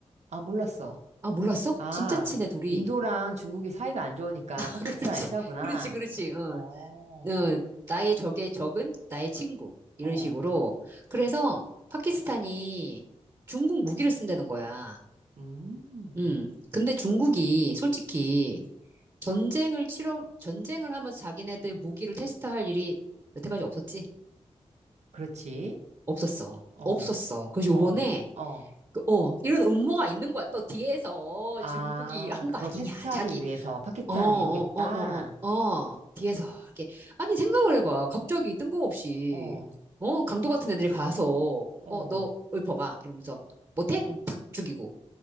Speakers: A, on the right (about 85°); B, on the right (about 35°).
A: 아, 몰랐어.
B: 아 몰랐어?
A: 아,
B: 진짜 친해 둘이.
A: 인도랑 중국이 사이가 안 좋으니까
B: <laughs>
A: 파키스탄을
B: 그렇지,
A: 친하구나.
B: 그렇지, 그렇지. 어.
A: 어.
B: 어, 나의 적의 적은 나의 친구. 이런
A: 어.
B: 식으로. 그래서 파키스탄이 중국 무기를 쓴다는 거야.
A: 음.
B: 음. 근데 중국이 솔직히 전쟁을 치러, 전쟁을 하면서 자기네들 무기를 테스트할 일이 여태까지 없었지?
A: 그렇지.
B: 없었어.
A: 어.
B: 없었어. 그래서
A: 어.
B: 요번에,
A: 어.
B: 그, 어, 이런 음모가 있는 거야. 또 뒤에서
A: 아,
B: 중국이 한
A: 그걸
B: 거 아니냐.
A: 테스트하기
B: 자기
A: 위해서 파키탄을
B: 어, 어,
A: 이용했다?
B: 어, 어, 어, 어, 뒤에서, 이렇게. 아니, 생각을 해봐. 갑자기 뜬금없이,
A: 어,
B: 어, 강도 같은 애들이 가서,
A: 어.
B: 어, 너 읊어봐. 이러면서, 못해? 음, 탁 죽이고.